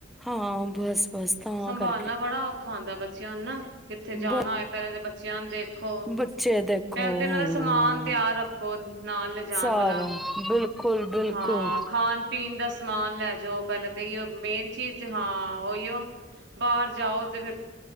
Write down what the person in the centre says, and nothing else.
ਹਾਂ ਬਸ ਬਸ ਤਾਂ
ਕਰਕੇ
ਬ
ਬੱਚੇ ਦੇਖੋ
ਹਾਂ
ਸਾਰਾ
ਬਿਲਕੁਲ ਬਿਲਕੁਲ